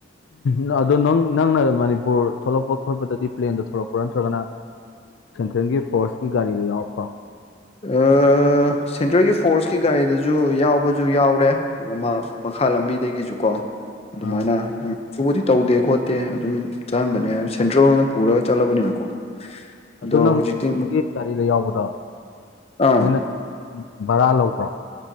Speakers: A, on the left (about 80°); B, on the left (about 35°).
A: ꯎ ꯑꯗꯣ ꯅꯪ ꯅꯪꯅ ꯃꯅꯤꯄꯨꯔ ꯊꯣꯛꯂꯛꯄ ꯈꯣꯠꯄꯗꯗꯤ ꯄ꯭ꯂꯦꯟꯗ ꯊꯣꯛꯂꯛꯄ꯭ꯔꯥ ꯅꯠꯇ꯭ꯔꯒꯅ ꯁꯦꯟꯇ꯭ꯔꯦꯜꯒꯤ ꯐꯣꯔꯁꯀꯤ ꯒꯥꯔꯤꯗ ꯌꯥꯎꯔꯛꯄ
B: ꯑ ꯁꯦꯟꯇ꯭ꯔꯦꯜꯒꯤ ꯐꯣꯔꯁꯀꯤ ꯒꯥꯔꯤꯗꯨꯁꯨ ꯌꯥꯎꯕꯁꯨ ꯌꯥꯎꯔꯦ ꯃꯈꯥ ꯂꯝꯕꯤꯗꯒꯤꯁꯨ ꯀꯣ ꯑꯗꯨꯃꯥꯏꯅ
A: ꯑꯥ
B: ꯁꯕꯨꯗꯤ ꯇꯧꯗꯦ ꯈꯣꯠꯇꯦ ꯑꯗꯨꯝ ꯆꯠꯂꯝꯝꯕꯅꯦ ꯁꯦꯟꯇ꯭ꯔꯦꯜ ꯑꯣꯏꯅ ꯄꯨꯔꯒ ꯆꯠꯂꯕꯅꯤꯅꯀꯣ
A: ꯑꯗꯨ
B: ꯑꯗꯣ
A: ꯅꯪ
B: ꯍꯧꯖꯤꯛꯇꯤ
A: ꯁꯤꯒꯤ ꯒꯥꯔꯤꯗ ꯌꯥꯎꯕꯗꯣ
B: ꯑꯥ
A: ꯃꯣꯏꯅ ꯕꯔꯥ ꯂꯧꯕ꯭ꯔꯥ